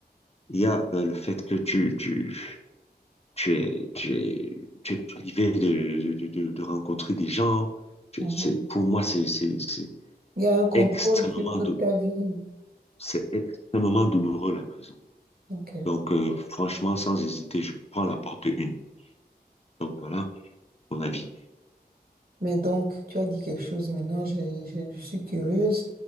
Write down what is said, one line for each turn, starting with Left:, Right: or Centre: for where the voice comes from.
Left: il y a euh, le fait que tu, tu, tu es, tu es, tu es privé de, de, de- de rencontrer des gens. Tu-
Right: mhm.
Left: C'est, pour moi, c'est c'est- c'est
Right: Il y a un contrôle
Left: extrêmement,
Right: sur toute
Left: dou-
Right: ta vie.
Left: c'est extrêmement douloureux, la prison.
Right: Ok.
Left: Donc, euh, franchement, sans hésiter, je prends la porte une. Donc, voilà mon avis.
Right: Mais donc, tu as dit quelque chose maintenant, j'ai- j'ai- je, suis curieuse.